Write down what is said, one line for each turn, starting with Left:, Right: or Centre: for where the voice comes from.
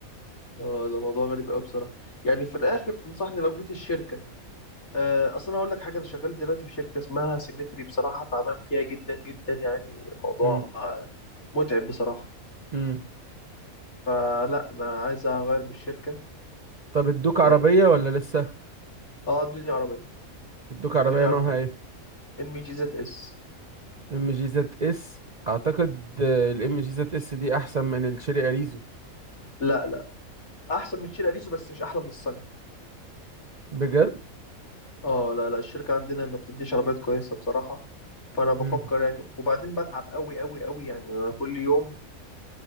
Left: اه ده موضوع غريب قوي بصراحة يعني في الآخر تنصحني لو جيت الشركة آه أصل أنا أقول لك حاجة أنا شغال دلوقتي في شركة اسمها سيمتري بصراحة تعبان فيها جدا جدا يعني الموضوع
Right: امم
Left: آه، متعب بصراحة
Right: امم
Left: فلا أنا عايز أغير من الشركة
Right: طب ادوك عربية
Left: اه
Right: ولا لسه
Left: آه، ادوني عربية
Right: ادوك عربية
Left: ادوني عربية
Right: نوعها ايه
Left: ام جي زد اس
Right: ام جي زد اس اعتقد الام جي زد اس دي احسن من الشيري اريزو
Left: لا لا أحسن من شير أريزو بس مش أحلى من الصني
Right: بجد
Left: اه لا لا الشركة عندنا ما بتديش عربيات كويسة بصراحة فانا بفكر
Right: امم
Left: يعني وبعدين بتعب قوي قوي قوي يعني انا كل يوم